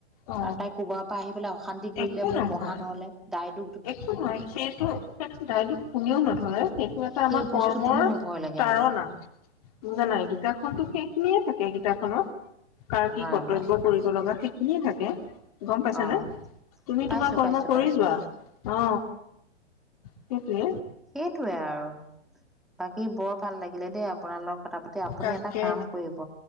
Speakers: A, on the left; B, in the centre.
A: অ
B: আৰু তাই কৰবাৰ পৰা আহি পেলাই অশান্তি কৰিলে
A: একো
B: মোৰ
A: নহয়।
B: পঢ়া নহলে দাইদ
A: একো নাই সটো দাই হয় সেইটো এটা
B: সেই
A: আমাৰ
B: বস্তুটোত
A: কৰ্মৰ
B: মোৰ ভয় লাগে
A: তাৰণা
B: মানে
A: বুজা নাই গীতাখননতো শেষ সেই খিনিয়ে থাকে কিতাপখনত কাৰ কি
B: হয়
A: কৰ্তব্য
B: হয়
A: কৰিব লগা সেইখিনিয়ে থাকে গম পাইছানে
B: অ
A: তুমি
B: পাইছো
A: তোমাৰ কৰ্ম
B: পাইছো
A: কৰি
B: পাইছো
A: যোৱা অ সেইটে
B: সেইটোৱে আৰু বাকী বৰ ভাল লাগিলে দেই আপোনালোক কথা পাতি আপুনি
A: তাকে
B: এটা কাম কৰিব